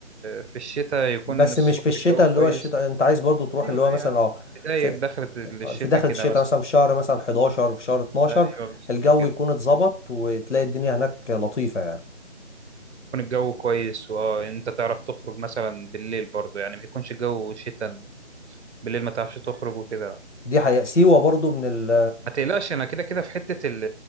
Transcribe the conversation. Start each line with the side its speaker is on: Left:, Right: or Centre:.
Right: في الشتاء يكون
Left: بس
Right: الصبح
Left: مش في الشتاء
Right: الجو كويس
Left: اللي هو الشتاء انت عايز برضو تروح
Right: أيوة
Left: اللي هو
Right: أيوة،
Left: مثلا
Right: يعني
Left: اه
Right: بداية
Left: في
Right: دخلة الشتاء
Left: في داخل
Right: كده
Left: الشتاء
Right: مثلا
Left: مثلا في شهر مثلا 11 في شهر 12
Right: أيوة بالظبط
Left: الجو
Right: كده
Left: يكون اتظبط وتلاقي الدنيا هناك لطيفه يعني
Right: يكون الجو كويس وأه أنت تعرف تخرج مثلا بالليل برضو يعني ما يكونش جو شتاء بالليل ما تعرفش تخرج وكده
Left: دي حقيقة سيوة برضو من ال
Right: ما تقلقش انا كده كده في حتة ال-